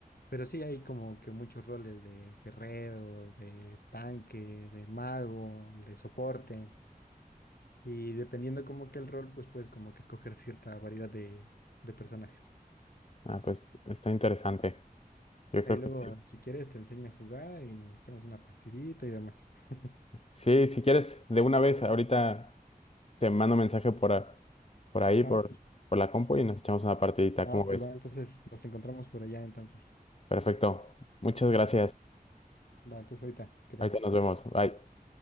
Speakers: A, on the left (about 75°); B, on the left (about 40°).
A: Pero sí hay como que muchos roles de guerreros, de tanque, de mago, de soporte. Y dependiendo como que el rol, pues puedes como que escoger cierta variedad de, de personajes.
B: Ah, pues está interesante. Yo
A: Ahí
B: creo
A: luego,
B: que sí.
A: si quieres, te enseño a jugar y echamos una partidita y demás. <laughs>
B: Sí, si quieres, de una vez, ahorita te mando mensaje por, a- por ahí,
A: Ah,
B: por,
A: pues,
B: por la compu y nos echamos una partidita,
A: ah,
B: ¿cómo ves?
A: pues va, entonces nos encontramos por allá entonces.
B: Perfecto. Muchas gracias.
A: Va, va, entonces ahorita quedamos.
B: Ahorita nos vemos. Bye.